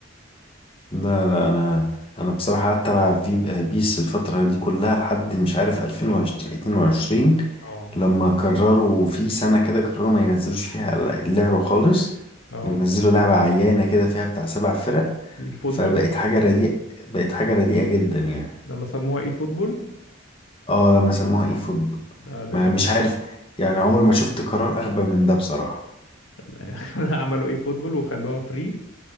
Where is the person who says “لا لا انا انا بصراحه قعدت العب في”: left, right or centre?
Left